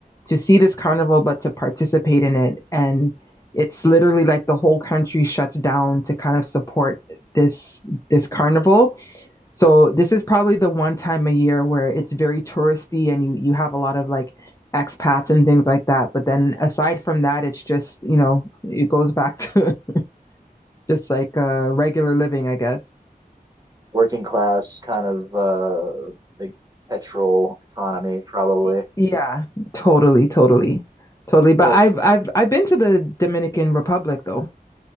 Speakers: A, on the left; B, on the right.
A: to see this carnival, but to participate in it. And it's literally like the whole country shuts down to kind of support this this carnival so this is probably the one time a year where it's very touristy and you you have a lot of like expats and things like that. But then aside from that, it's just, you know, it goes back to <laughs> just like uh regular living, I guess.
B: working class kind of uh like petrol economy probably.
A: Y- Yeah, totally, totally. Totally. But
B: Well,
A: I've I've I've been to the Dominican Republic though.